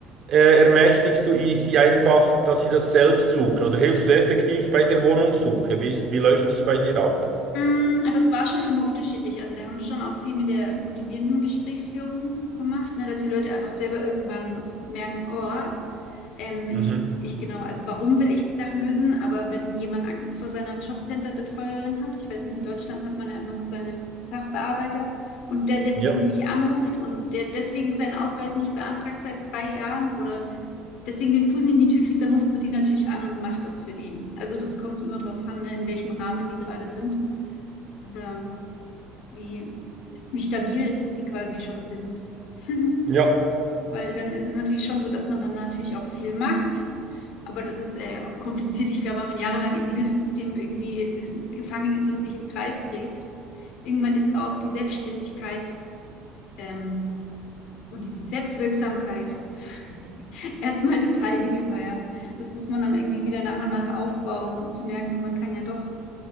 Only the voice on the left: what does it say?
Mm, Das war schon immer unterschiedlich. Also wir haben schon auch viel mit der motivierenden Gesprächsführung gemacht, ne, dass die Leute einfach selber irgendwann merken, oh, ähm, ich,
ich genau, also warum will ich die Sachen lösen? Aber wenn jemand Angst vor seiner Jobcenter-Betreuerin hat, ich weiß nicht, in Deutschland hat man ja immer so seine Sachbearbeiter und der deswegen
nicht anruft und der deswegen seinen Ausweis nicht beantragt seit drei Jahren oder deswegen den Fuß nicht in die Tür kriegt, dann ruft man die natürlich an und macht das für die. Also das kommt immer drauf an, ne, in welchem Rahmen die gerade sind oder wie, wie stabil die quasi schon sind. <laughs>
Weil dann ist es natürlich schon so, dass man dann natürlich auch viel macht. Aber das ist äh, auch kompliziert. Ich glaube, wenn man jahrelang in Hilfssystemen irgendwie ist, gefangen ist und sich im Kreis dreht, irgendwann ist auch die Selbstständigkeit ähm, und diese Selbstwirksamkeit <laughs> erstmal total hinüber, ja. Das muss man dann irgendwie wieder nach und nach aufbauen, um zu merken, man kann ja doch